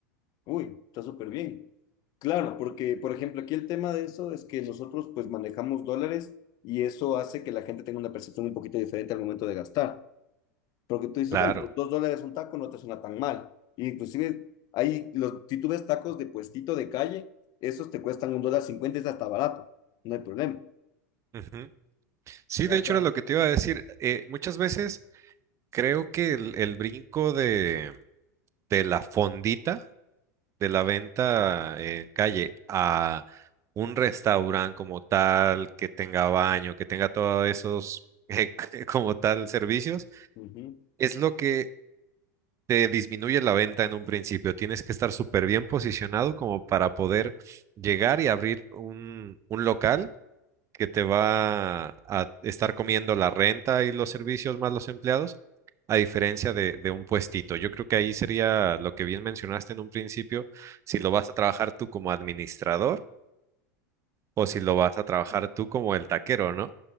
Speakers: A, on the left (about 45°); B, on the right (about 30°).
A: Uy, está súper bien. Claro, porque, por ejemplo, aquí el tema de eso es que nosotros pues manejamos dólares y eso hace que la gente tenga una percepción un poquito diferente al momento de gastar. Porque tú dices,
B: Claro.
A: bueno, pues, dos dólares un taco no te suena tan mal. Y inclusive ahí, los, si tú ves tacos de puestito de calle, esos te cuestan un dólar cincuenta, es hasta barato, no hay problema.
B: Ujú. Sí,
A: Ajá.
B: de hecho era lo que te iba a decir. Eh, muchas veces creo que el, el brinco de, de la fondita, de la venta en calle a un restaurante como tal, que tenga baño, que tenga todos esos <laughs> eh, como tal servicios,
A: ujú.
B: es lo que te disminuye la venta en un principio. Tienes que estar súper bien posicionado como para poder llegar y abrir un, un local que te va a estar comiendo la renta y los servicios más los empleados, a diferencia de, de un puestito. Yo creo que ahí sería lo que bien mencionaste en un principio, si lo vas a trabajar tú como administrador o si lo vas a trabajar tú como el taquero, ¿no?